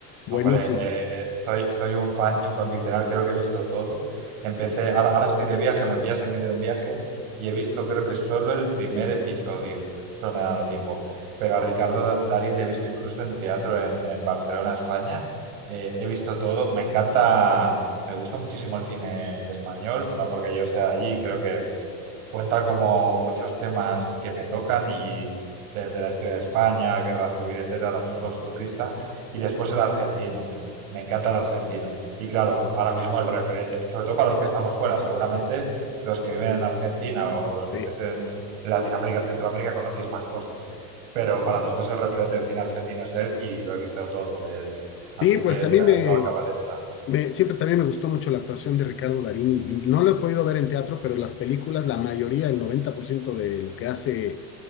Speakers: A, on the left; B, on the right.
A: buenísimo.
B: Hombre, eh, soy, soy un fan incondicional, creo que he visto todo. Empecé, ahora, ahora estoy de viaje, me pillas en medio de un viaje y he visto creo que solo el primer episodio, solo me ha dado tiempo. Pero a Ricardo Darín le he visto incluso en teatro en, en Barcelona, España. Eh, he visto todo, me encanta, me gusta muchísimo el cine español, no porque yo sea de allí, creo que cuenta como muchos temas que me tocan y desde la historia de España, guerra civil, etcétera, también costumbrista, y después el argentino. Me encanta el argentino. Y claro, ahora mismo el referente, sobre todo para los que estamos fuera, seguramente los que viven en Argentina o los que
A: Sí,
B: estéis en Latinoamérica, Centroamérica, conocéis más cosas. Pero para nosotros el referente del cine argentino es él y lo he visto todo de él. Así
A: Sí, pues
B: que esperando
A: a mí me,
B: acabar esta.
A: Me, siempre también me gustó mucho la actuación de Ricardo Darín y y No lo he podido ver en teatro, pero las películas, la mayoría, el 90% de lo que hace